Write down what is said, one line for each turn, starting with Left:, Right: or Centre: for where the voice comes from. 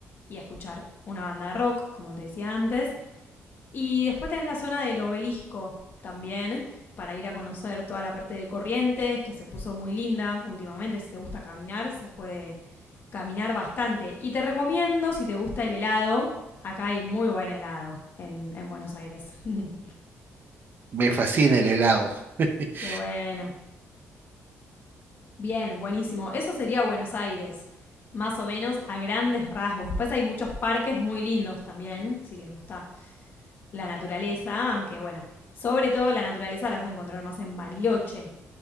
Left: y escuchar una banda de rock, como te decía antes. Y después tenés la zona del obelisco también, para ir a conocer toda la parte de Corrientes, que se puso muy linda últimamente. Si te gusta caminar, se puede caminar bastante. Y te recomiendo, si te gusta el helado, acá hay muy buen helado en, en Buenos Aires. <laughs>
Right: Me fascina el helado. <laughs>
Left: Qué bueno. Bien, buenísimo. Eso sería Buenos Aires, más o menos a grandes rasgos. Después hay muchos parques muy lindos también, si les gusta la naturaleza, aunque bueno, sobre todo la naturaleza la vas a encontrar más en Bariloche